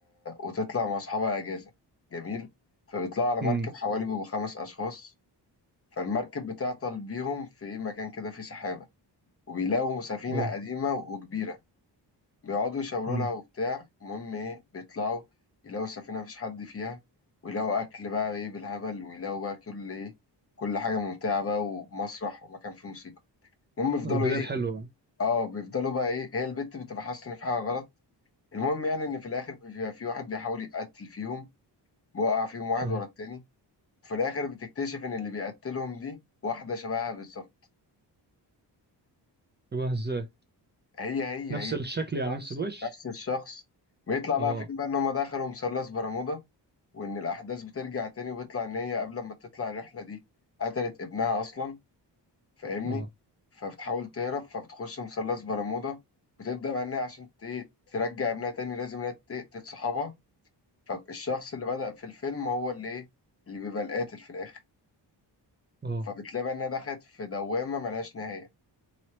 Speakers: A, on the left (about 35°); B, on the right (about 25°).
A: وتطلع مع أصحابها أجازة جميل فبيطلعوا على مركب
B: امم
A: حوالي بيبقوا خمس أشخاص فالمركب بتعطل بيهم في إيه مكان كده فيه سحابة وبيلاقوا سفينة
B: اه
A: قديمة وكبيرة بيقعدوا يشاوروا
B: امم
A: لها وبتاع المهم إيه بيطلعوا يلاقوا السفينة مفيش حد فيها ويلاقوا أكل بقى إيه بالهبل ويلاقوا بقى كل إيه كل حاجة ممتعة بقى ومسرح ومكان فيه موسيقى المهم يفضلوا
B: آه، البداية
A: إيه
B: حلوة
A: اه بيفضلوا بقى ايه هي البت بتبقى حاسه ان في حاجه غلط المهم يعني ان في الاخر بيبقى في واحد بيحاول يقتل فيهم بيوقع فيهم واحد
B: أيوة
A: ورا التاني وفي الاخر بتكتشف ان اللي بيقتلهم دي واحده شبهها بالظبط
B: يبقى إزاي؟
A: هي هي
B: نفس
A: هي
B: الشكل
A: الشخص
B: يعني نفس الوش؟
A: نفس الشخص بيطلع بقى
B: اه
A: فين بقى ان هم دخلوا مثلث برمودا وان الاحداث بترجع تاني وبيطلع ان هي قبل ما تطلع الرحله دي قتلت ابنها اصلا فاهمني
B: اه
A: فبتحاول تهرب فبتخش مثلث برمودا وتبدا بقى ان هي عشان ت- ايه ترجع ابنها تاني لازم انها تقتل صحابها فالشخص اللي بدأ في الفيلم هو اللي ايه اللي بيبقى القاتل في الآخر
B: اه
A: فبتلاقي بقى انها دخلت في دوامة ملهاش نهاية